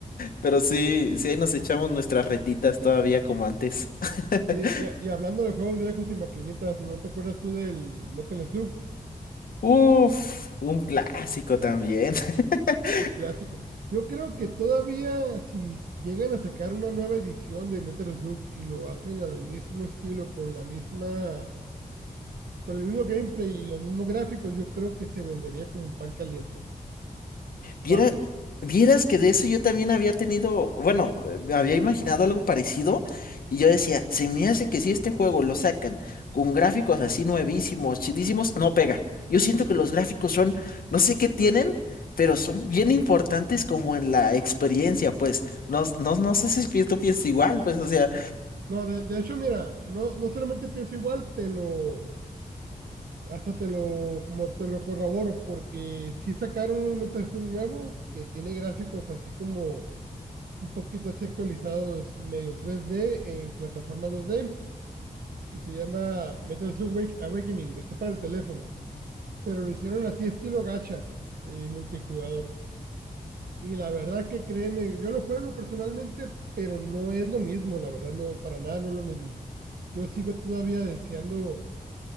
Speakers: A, on the left (about 75°); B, on the right (about 80°).
A: pero sí, sí, ahí nos echamos nuestras retitas todavía como antes. <laughs>
B: Oye, Y, y hablando de juegos viejos y maquinitas, ¿no te acuerdas tú del Metal Slug?
A: Uf, un clásico también. <laughs>
B: Un clásico. Yo creo que todavía si llegan a sacar una nueva edición de Metal Slug y lo hacen al mismo estilo, con la misma, con el mismo gameplay y los mismos gráficos, yo creo que se vendería como un pan caliente.
A: Viera-
B: Fácil.
A: vieras que de eso yo también había tenido, bueno, eh, me había imaginado algo parecido y yo decía, se me hace que si este juego lo sacan con gráficos así nuevísimos, chidísimos, no pega. Yo siento que los gráficos son, no sé qué tienen, pero son bien importantes como en la experiencia, pues. No, no, no sé si pi- tú piensas igual, pues, o sea.
B: No, de, de hecho, mira, no, no solamente pienso igual, te lo, hasta te lo, como te lo corroboro, porque si sacaron un Metal Slug nuevo que tiene gráficos así como un poquito así actualizados, medio 3D en plataforma 2D y se llama Metal Slug Awakening. Está para el teléfono, pero lo hicieron así estilo gacha, eh, multijugador. Y la verdad que créeme, yo lo juego personalmente, pero no es lo mismo, la verdad, no, para nada no es lo mismo. Yo sigo todavía deseando